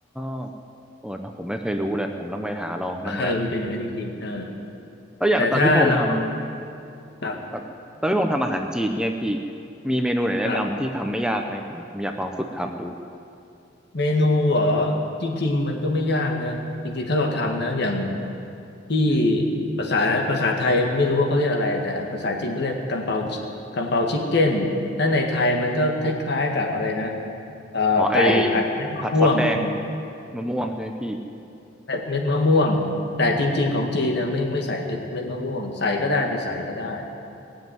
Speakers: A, in the centre; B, on the left (about 60°).
A: วโอ้เนอะผมไม่เคยรู้เลยผมต้องไปหาลองบ้างแล้ว
B: เออมันเป็นอย่างนั้นจริงๆเออ
A: แล้วอย่างตอนพี่พงษ์ท
B: แต่ถ้าเรา
A: ำเอ่อตอนพี่พงษ์ทำอาหารจีนเนี่ยพี่
B: ปรับ
A: มีเมนูไหนแนะนำที่ทำไม่ยากไหมผมผมอยากลองฝึกทำดู
B: ปรับ เมนูเหรอจริงๆมันก็ไม่ยากนะจริงๆถ้าเราทำนะอย่างที่ภาษาภาษาไทยไม่รู้ว่าเขาเรียกอะไรแต่ภาษาจีนเขาเรียกกังเปากังเปาชิคเก้นถ้าในไทยมันก็คล้ายๆกับอะไรนะเอ่อไก่ผัดเม็ดมะม่วง
A: อ๋อไอ้ผัดซอสแดงมะม่วงใช่ไหมพี่
B: เม็ดมะม่วงแต่จริงๆของจีนนะไม่ไม่ใส่เม็ดเม็ดมะม่วงใส่ก็ได้ไม่ใส่ก็ได้